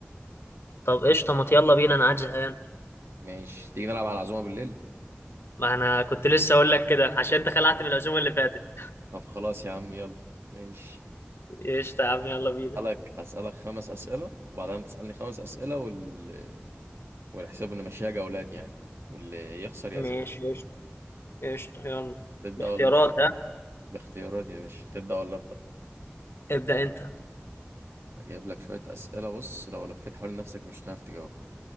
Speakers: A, on the left; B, on the right.
A: طب قشطة ما يلا بينا انا قاعد زهقان
B: ماشي تيجي نلعب على العزومه بالليل
A: ما انا كنت لسه اقول لك كده عشان انت خلعت من العزومة اللي فاتت <laughs>
B: طب خلاص يا عم يلا ماشي
A: قشطة يا عم يلا بينا
B: اسالك اسالك خمس اسئله وبعدين تسالني خمس اسئله وال والحساب ان ماشيه جولات يعني واللي يخسر يعزم
A: ماشي قشطة قشطة يلا
B: تبدا
A: باختيارات
B: ولا ابدا
A: ها
B: باختيارات يا باشا تبدا ولا ابدا
A: ابدأ انت
B: هجيب لك شويه اسئله بص لو لفيت حوالين نفسك مش هتعرف تجاوب